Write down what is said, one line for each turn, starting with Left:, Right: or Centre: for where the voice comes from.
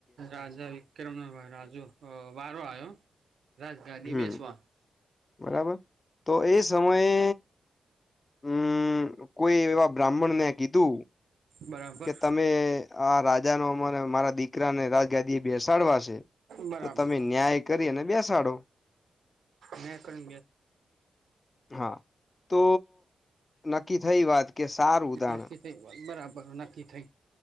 Right: રાજા વિક્રમ ના ભાર રાજુ અ વારો આયો રાજ રાજધની
Left: હમ
Right: બેેશમાં
Left: બરાબર તો એ સમયે હમ્મ કોઈ એવા બ્રાહ્મણને કીધું.
Right: બરાબર
Left: કે તમે આ રાજા ન અમને મારા દીકરાને રાજ ગદી એ બેસાડવા છે
Right: બરાબર
Left: તો તમે ન્યાય કરીને બેસાડો.
Right: મેં કેન
Left: હા તો નક્કી થઈ વાત કે સારું ઉદાણ
Right: નક્કી થઈ બરાબર નક્કી થઈ.